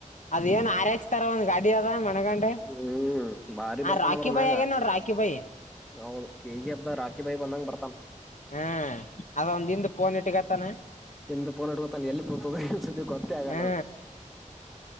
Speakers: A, on the left; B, in the centre.
A: ಅದ್ ಏನ್ ಆರಕ್ಸ್ತಾರ ಒಂದ್ ಗಾಡಿ ಅದ ಮಣಗಂಡೆ
B: ಹ್ಮ್ ಬಾರಿ
A: ಆ
B: ಬರ್ತಾನದ್ರ
A: ರಾಕಿ ಬಾಯಿ
B: ಮ್ಯಾಗ
A: ಆಗೇನ್ ನೋಡ್ರಿ ರಾಕಿ ಬಾಯಿ
B: ನಾೌದು ಕೆ ಜಿ ಅಬ್ದಾ ರಾಕಿಬಾಯಿ ಬಂದಂಗ ಬರ್ತನ್
A: ಹ್ಮ ಅದ ಒಂದ ಹಿಂದ ಪೋನ ಇಟ್ಟಗತಾನ
B: ಎಿಂದ ಪೋನಡ್ಕೊತಾನ ಎಲ್ಲಿ ಬೊತದ ಇನ್ ಸತಿ ಗೊತ್ತೇ ಆಗಲ್ಲ
A: ಹಾ
B: ಅದು